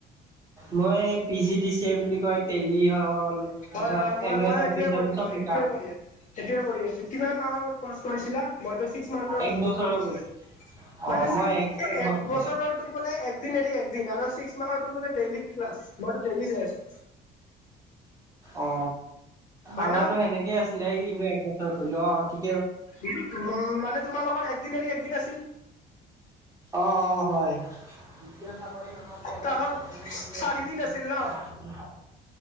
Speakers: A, on the right; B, on the left.
A: মই পি জি দি ছিয়ে বুলি কয় তেলি হল।
B: হয়-
A: তাৰপিছত
B: হয় মই
A: এম
B: - মই
A: এছ
B: সেইটোৱে
A: অফিচ
B: কৰি
A: এইবোৰ চব
B: আছো সেইটোৱে
A: শিকা
B: কৰি আছো, সেইটোৱে কৰি আছো কিমান মাহৰ কৌচ কৰিছিলা মইতো ছিক্স মান্থৰ
A: এক
B: ললোঁ
A: বছৰৰ
B: কচ।
A: কৰিছো অ
B: মানে চি
A: মই
B: এ এক
A: বছৰ
B: বছৰটো বোলে এদিন এৰি এদিন আৰু চি মাহৰতো বোলে ডেইলী ক্লাছ মইতো ডেইলি যাইছো।
A: অ
B: হয়
A: আমাৰতো
B: ন
A: সেনেকেই আছ নে কিন্তু এক বছৰ কৰিলো অ থি
B: উম মানে তোমাৰালোকৰ একদিন এৰি একদিন আছিল।
A: অ অ হয়। <unintelligible>
B: সপ্তাহত চাৰিদিন আছিল ন